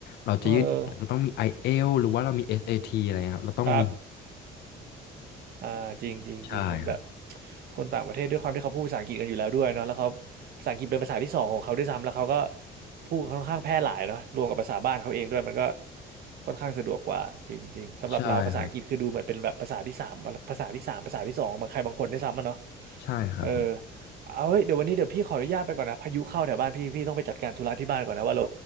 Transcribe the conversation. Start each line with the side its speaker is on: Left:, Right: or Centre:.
Left: เราจะยื่นก็ต้องมี
Right: เออ
Left: i e l อลหรือว่าเรามี SAT อสเอทีอะไรเงี้ยครับเราต้องมี
Right: ครับ อ่าจริงจริงจริงมันแบบ
Left: ใช่ครับ
Right: คนต่างประเทศด้วยความที่เขาพูดภาษาอังกฤษกันอยู่แล้วด้วยเนาะแล้วเขาภาษาอังกฤษเป็นภาษาที่สองของเขาด้วยซ้ำแล้วเขาก็พูดค่อนข้างแพร่หลายเนาะรวมกับภาษาบ้านเขาเองด้วยมันก็ค่อนข้างสะดวกกว่าจริงจริงสำหรับเราภาษาอังกฤษคือดูเหมือนเป็นแบบภาษาที่สามภาษาที่สามภาษาที่สองของใครบางคนด้วยซ้ำอะเนาะ
Left: ใช่ครับใช่ครับผม
Right: เออเอาเฮ้ยเดี๋ยววันนี้เดี๋ยวพี่ขออนุญาตไปก่อนนะพายุเข้าแถวบ้านพี่พี่ต้องไปจัดการธุระที่บ้านก่อนนะว่าโล